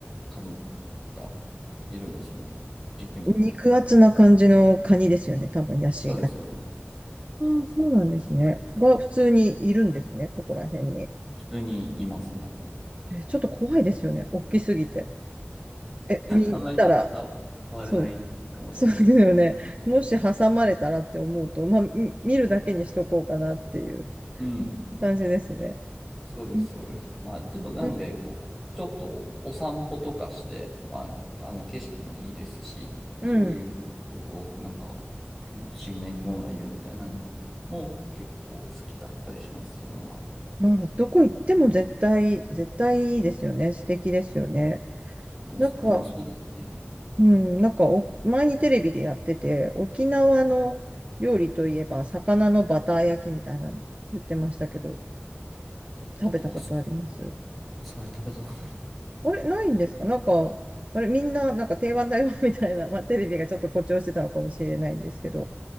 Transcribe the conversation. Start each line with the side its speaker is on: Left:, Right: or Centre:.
Centre: カニがいるんですよね。陸に。
Right: 肉厚な感じのカニですよね、多分、ヤシが。
Centre: そうです、
Right: あ
Centre: そうです、そうです。
Right: あ、そうなんですね。が、普通にいるんですね、そこら辺に。
Centre: 普通にいますね。
Right: えーちょっと怖いですよね、大きすぎて。え、見、
Centre: あんまりちょっとさ、
Right: 見たら、
Centre: 触れないかもしれない。
Right: そう、そうですよね。もし挟まれたらって思うと、まあ、み見るだけにしとこうかなっていう。
Centre: うん。
Right: 感じですね。
Centre: そうです、
Right: う
Centre: そうです。まあ、でもなんで、
Right: ん。
Centre: こう、ちょっとお散歩とかして、まあ、あの景色もいいですし、
Right: うん
Centre: そういう、こう、なんか変、不思議な生き物がいるみたいなのも結構好きだったりします、自分は。
Right: まあ、どこ行っても絶対、絶対いいですよね。素敵ですよね。
Centre: もう、
Right: なんか、
Centre: もうそうですね。
Right: うん、なんかお、前にテレビでやってて、沖縄の料理といえば、魚のバター焼きみたいなの言ってましたけど、食べたことあります
Centre: おお、そそれ食べたことない
Right: あれ、ないんですかなんか、あれ、みんな、なんか定番だよ <laughs> みたいな、まあ、テレビがちょっと誇張してたのかもしれないんですけど。